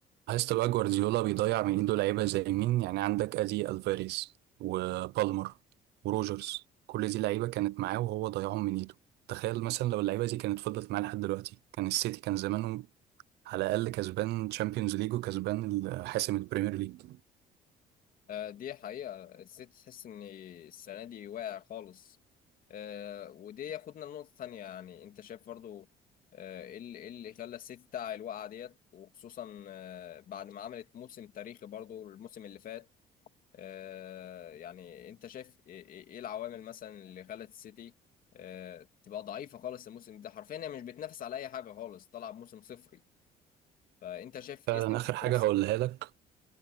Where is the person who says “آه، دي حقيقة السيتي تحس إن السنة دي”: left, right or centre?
Left